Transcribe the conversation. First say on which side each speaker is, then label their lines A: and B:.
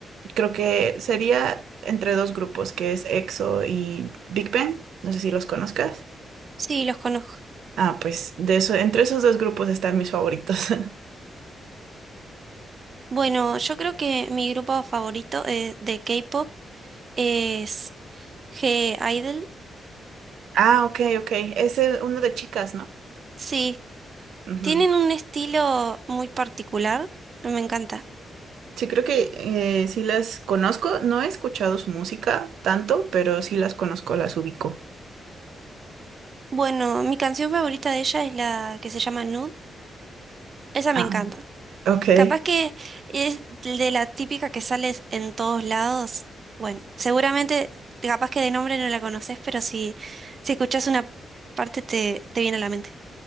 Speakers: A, on the right (about 90°); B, on the right (about 35°).
A: Creo que sería entre dos grupos, que es EXO y Big Bang. No sé si los conozcas.
B: sí, los conozco.
A: Ah, pues de eso, entre esos dos grupos están mis favoritos. <laughs>
B: Bueno, yo creo que mi grupo favorito eh, de K-pop es G-Idol.
A: Ah, ok, ok. Ese es uno de chicas, ¿no?
B: Sí,
A: Ujú.
B: tienen un estilo muy particular. Me encanta.
A: Sí, creo que eh, sí las conozco. No he escuchado su música tanto, pero sí las conozco, las ubico.
B: Bueno, mi canción favorita de ella es la que se llama Nude. Esa me
A: Ah,
B: encanta.
A: ok,
B: Capaz que es de la típica que sales en todos lados. Bueno, seguramente, capaz que de nombre no la conoces, pero si, si escuchas una parte te, te viene a la mente.